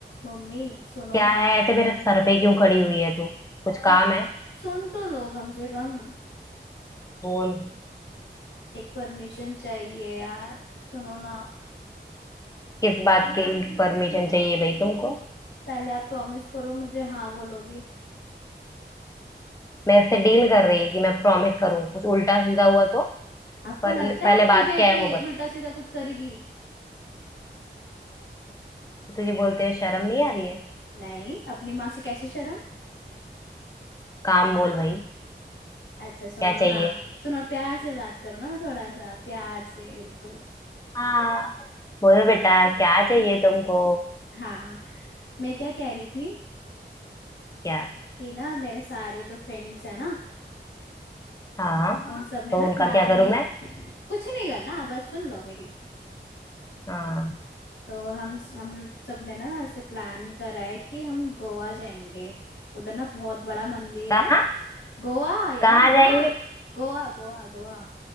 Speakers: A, on the left; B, on the left.
A: Mummy सुनो
B: क्या
A: ना
B: है ऐसे मेरे सर पे क्यों खड़ी हुई है तू कुछ
A: आप
B: काम है
A: सुन तो लो कम से कम
B: बोल
A: एक परमिशन चाहिए यार सुनो ना
B: किस बात के लिए परमिशन चाहिए भाई तुमको
A: पहले आप प्रॉमिस करो मुझे हाँ बोलोगे
B: मेरे से डील कर रही है कि मैं प्रॉमिस करूँ कुछ उल्टा सीधा हुआ तो
A: आपको
B: पर
A: लगता
B: पहले
A: है आपके
B: बात
A: बेटे
B: क्या है वो बता
A: उल्टा सीधा कुछ करेगी
B: तुझे बोलते हुए शर्म नहीं आ रही है
A: नहीं अपनी माँ से कैसे शर्म
B: काम बोल भाई
A: अच्छा सुनो
B: क्या चाहिए
A: ना सुनो प्यार से बात करो ना थोड़ा सा प्यार से बिल्कुल
B: हाँ बोलो बेटा क्या चाहिए तुमको
A: हाँ मैं क्या कह रही थी
B: क्या
A: कि ना मेरे सारे जो फ्रेंड्स हैं ना
B: हाँ
A: उन सब ने
B: तो
A: ना
B: उनका
A: प्लान
B: क्या करूं
A: ने
B: मैं
A: कुछ नहीं करना बस सुन लो मेरी
B: हाँ
A: तो हम हम सब ने ना ऐसे प्लान करा है कि हम गोवा जाएंगे उधर ना बहुत बड़ा मंदिर
B: कहाँ
A: है गोवा यार
B: कहाँ
A: मम्मा
B: जाएंगे
A: गोवा गोवा गोवा